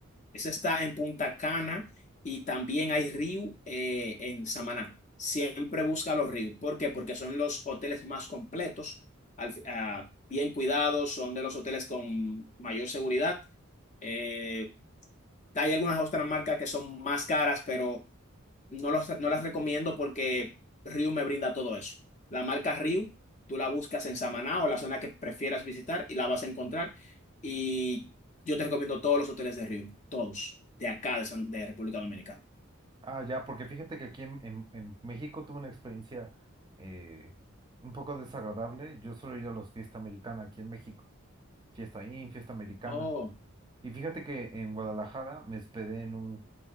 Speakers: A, on the left; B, on the right.
A: Esa está en Punta Cana y también hay Riu eh, en Samaná. Siempre busca los Riu. ¿Por qué? Porque son los hoteles más completos, al ah, bien cuidados, son de los hoteles con mayor seguridad. Eh, hay algunas otras marcas que son más caras, pero no, los, no las recomiendo porque Ryu me brinda todo eso. La marca Ryu, tú la buscas en Samaná o la zona que prefieras visitar y la vas a encontrar. Y yo te recomiendo todos los hoteles de Ryu, todos, de acá, de, San- de República Dominicana.
B: Ah, ya, porque fíjate que aquí en, en- en México tuve una experiencia eh, un poco desagradable. Yo suelo ir a los fiesta americana aquí en México. Fiesta in, fiesta americana.
A: Oh,
B: Y fíjate que en Guadalajara me hospedé en un